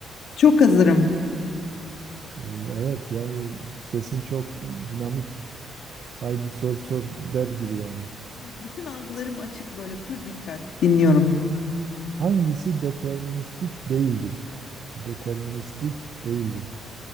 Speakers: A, on the left; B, on the right.
A: Çok hazırım.
B: Ee, evet, yani sesin çok dinamik. Haydi sor sor der gibi yani.
A: Evet, bütün algılarım açık böyle pür dikkat dinliyorum.
B: Hangisi deterministik değildir? Deterministik değildir.